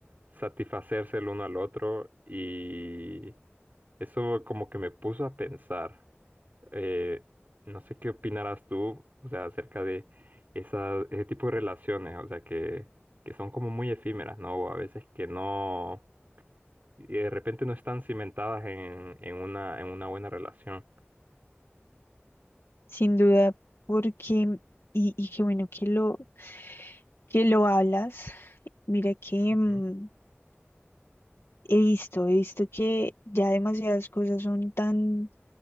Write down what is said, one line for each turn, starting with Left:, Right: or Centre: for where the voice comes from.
Right: satisfacerse el uno al otro y eso como que me puso a pensar. Eh, no sé qué opinarás tú, o sea, acerca de esa, ese tipo de relaciones, o sea, que, que son como muy efímeras, ¿no? O a veces que no, y de repente no están cimentadas en, en una, en una buena relación.
Left: Sin duda, porque, y, y qué bueno que lo, que lo hablas. Mira que
Right: Ujú,
Left: mm, he visto, he visto que ya demasiadas cosas son tan,